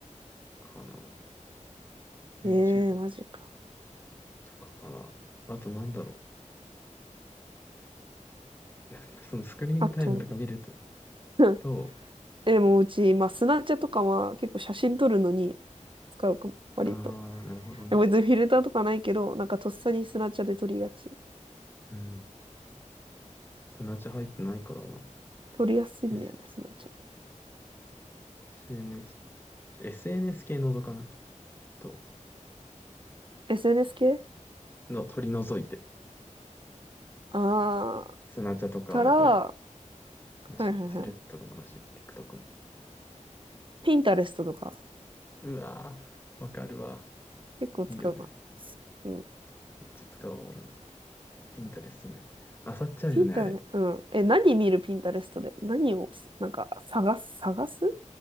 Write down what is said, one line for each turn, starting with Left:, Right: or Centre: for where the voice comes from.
Left: かな。YouTube
Right: ええマジか。
Left: とかかな。あとなんだろう。そのスクリーンタイムとか見ると、
Right: あと、<laughs> うん
Left: と、
Right: え、でもうち、まあ、スナチャとかは結構写真撮るのに使うかも、割と。
Left: あー、なるほどね。
Right: でも別にフィルターとかないけど、なんかとっさにスナチャで撮りがち。
Left: うん。そのうち入ってないからな。
Right: 撮りやすいんだよね、
Left: えせ
Right: スナチャ。
Left: SNS。SNS 系覗かないと、
Right: SNS 系
Left: の取り除いて。
Right: ああ
Left: スナチャとかはだから、
Right: ー、たら、は
Left: なし。
Right: いはいはい。
Left: スレッズとかもなし。TikTok も。
Right: ピンタレストとか。
Left: うわー、わかるわ。
Right: 結構使うか
Left: いいよね。
Right: な。うん。
Left: めっちゃ使おうわ、俺も。ピンタレストね。あさっちゃうよね、
Right: ピンタね、
Left: あれ。
Right: うん。え、何見るピンタレストで。何をす、なんか、探す、探す